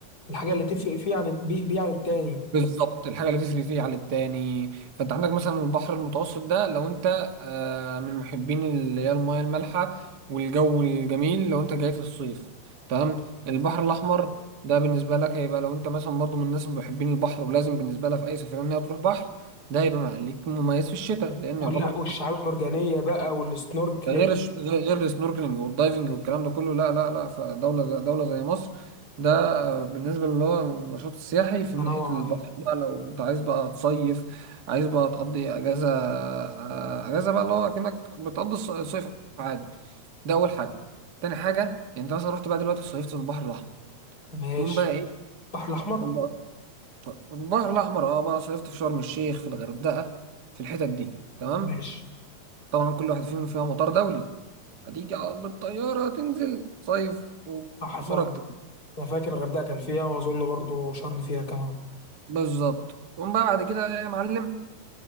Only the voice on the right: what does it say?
بالظبط الحاجه اللي تسري فيه عن التاني فانت عندك مثلا البحر المتوسط ده لو انت آه، من محبين اللي هي المياه المالحه والجو الجميل لو انت جاي في الصيف تمام البحر الاحمر ده بالنسبه لك هيبقى لو انت مثلا برضه من الناس اللي محبين البحر ولازم بالنسبه لها في اي سفريه ان هي تروح بحر ده هيبقى ليك مميز في الشتاء لان
يعتبر
ده غير الش... غير غير السنوركلينج والدايفنج والكلام ده كله لا لا لا فدولة زي- دولة زي مصر ده آه، بالنسبة اللي هو النشاط السياحي في
ناحية البحر
بقى لو انت عايز بقى تصيف عايز بقى تقضي اجازة آه، اجازة بقى اللي هو اكنك بتقضي الص- الصيف عادي ده اول حاجة تاني حاجة يعني انت مثلا رحت بقى دلوقتي صيفت في البحر الاحمر
تقوم بقى ايه
تقوم بقى في البحر الاحمر اه بقى صيفت في شرم الشيخ في الغردقة في الحتت دي تمام
طبعا كل واحد فيهم فيها مطار دولي هتيجي على بالطيارة تنزل صيف وأمورك
تمام
بالظبط تقوم بقى بعد كده يا معلم